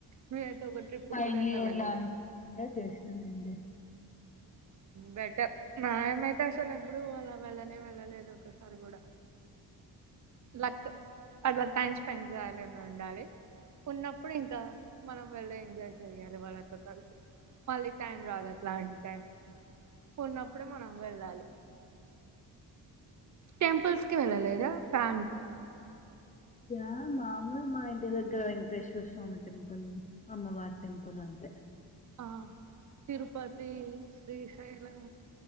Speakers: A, on the right; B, on the left.
A: మేమైతే ఒక ట్రిప్
B: ఫైనల్
A: కూడా అట్లా
B: ఇయర్
A: వెళ్ళలే
B: లో అనుకోకుండా చేసినం ఎంజాయ్
A: బెటర్ మాయ మై తె అ అసలు ఎప్పుడూ అలా వెళ్ళనే వెళ్ళలేదు అదొక్కసారి కూడా లక్ అట్లా టైం పెంజలని ఉండాలి ఉన్నపూ ఇప్పుడు ఇంకా మనం వెళ్లేే ఎంజాయ్ చేయాలి వాళ్ళతో కలిసి మళ్ళ టైం రాదు అట్లాంటి టైం ఉన్నప్పుడే మనం వెళ్ళాలి
B: అ
A: టెంపుల్స్ కి వెళ్ళలేదా ఫ్యా
B: త్యా మామూలు మా ఇంటి దగ్గర వెంకటేశ్వర స్వామి టెంపుల్ అమ్మవారి టెంపుల్ అంతే
A: ఆ తీరు పతి శ్రీశైలం